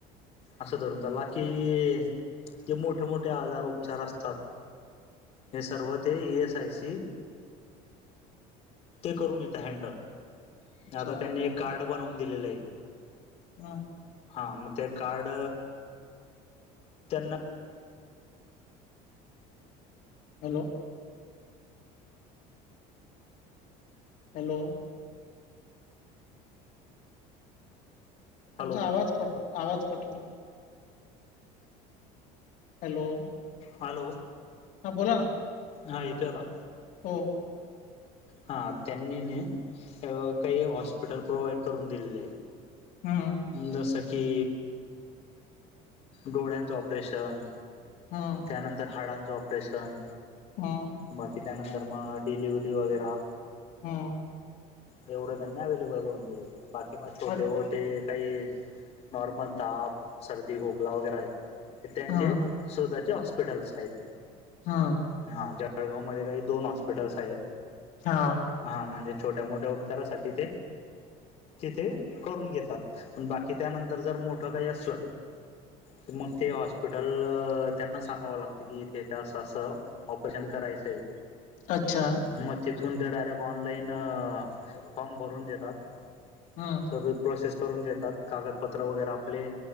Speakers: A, on the left; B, on the left.
A: असं धरून झाला की ते मोठे मोठे आजार उपचार असतात हे सर्व ते ई एस आय सी ते करून घेत हँडल
B: अच्छा
A: आता त्यांनी एक कार्ड बनवून दिलेलं आहे.
B: हा
A: हा मग ते कार्ड त्यांना
B: हॅलो. हॅलो.
A: हॅलो
B: तुमचा आवाज कट आवाज कट होतोय. Hello
A: hello.
B: हा बोला ना.
A: हा येतोय आता.
B: हो.
A: हा त्यांनी न काही हॉस्पिटल प्रोव्हाइड करून दिलेलं ये.
B: हम्.
A: जसं की, डोळ्यांचं ऑपरेशन
B: हा.
A: त्यानंतर हाडांचं ऑपरेशन
B: हा
A: बाकी त्यानंतर मग डिलिवरी वगैरा
B: हो.
A: एवढं त्यांना अवेलेबल करून दिलेलं आहे, बाकी मग छोटे
B: अ,
A: मोठे. काही नॉर्मल ताप सर्दी खोकला वगैरे आहे. तर त्यांचे.
B: हं
A: स्वतःचे हॉस्पिटल्स आहेत.
B: हा.
A: हा जळगाव मध्ये काही दोन हॉस्पिटल्स आहेत
B: हा..
A: हा म्हणजे छोट्या मोठ्या उपचारासाठी ते. तिथे करून घेतात. पण बाकी त्यानंतर जर मोठं काही असल. की मग ते हॉस्पिटल त्यांना सांगावं लागतं. की इथे इथे असं असं. ऑपरेशन करायचंय,
B: अच्छा.
A: मग तिथून ते डायरेक्ट ऑनलाईन. फॉर्म भरून देतात. ‌
B: हां..
A: सगळ प्रोसेस करून देतात कागदपत्र वगैरे आपले